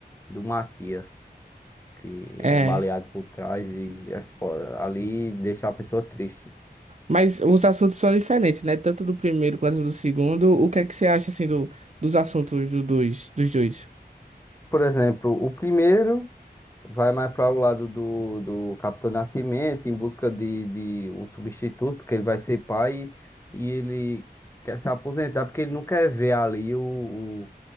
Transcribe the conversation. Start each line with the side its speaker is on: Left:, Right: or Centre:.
Left: do Matias, que
Right: É.
Left: é baleado por trás e é foda. Ali deixa a pessoa triste.
Right: Mas os assuntos são diferentes, né? Tanto do primeiro quanto do segundo. O que é que você acha, assim, do, dos assuntos do dois, dos dois?
Left: Por exemplo, o primeiro. Vai mais para o lado do, do Capitão Nascimento em busca de, de um substituto, porque ele vai ser pai e ele quer se aposentar porque ele não quer ver ali o, o-